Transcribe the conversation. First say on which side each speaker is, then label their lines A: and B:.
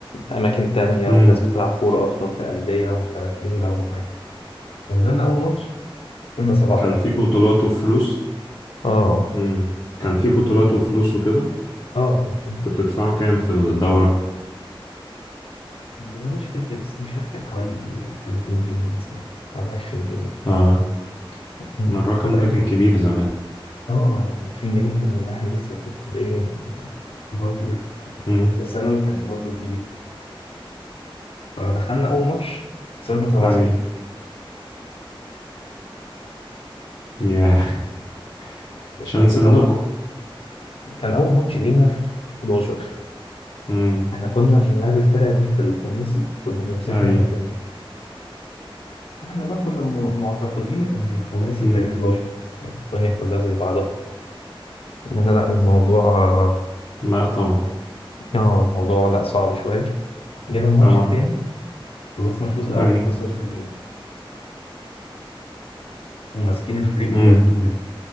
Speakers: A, on the left; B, on the left.
A: أماكن تانية
B: امم
A: وناس بتلعب كورة أصلا في أندية ومش عارف إيه ويلعبوا معانا فنزلنا أول ماتش كنا 7-0
B: كان في بطولات وفلوس
A: اه
B: امم كان في بطولات وفلوس وكده
A: اه كان فيه
B: كنت بتدفعوا كام في الدورة
A: والله مش فاكر بس مش فاكر كانت حوالي 30 جنيه مثلا ولا 20 جنيه
B: اه
A: بس
B: أنا الرقم
A: كده
B: ده كان كبير زمان
A: اه 20 جنيه كان احنا لسه في ابتدائي برضه إيه،
B: امم
A: في ثانوي كان برضه كبير فدخلنا أول ماتش خسرنا 7-0
B: أي ياه <laughs> عشان
A: كان
B: سنكوا
A: أول كان أول ماتش لينا في 11
B: امم
A: احنا كنا بنلعب الفرقة دي في الخماسي كنا بنمسكها
B: أي
A: نبهدلهم احنا بقى كنا م- معتقدين إن الخماسي
B: امم
A: زي ال 11 يعني الدنيا كلها زي بعضها لأن لا الموضوع
B: لا طبعا
A: اه الموضوع لا صعب شوية جينا الماتش
B: طبعا
A: التاني خلصنا الشوط الأول
B: أي
A: 3-0 لينا وماسكين الفريق مبهدلين
B: امم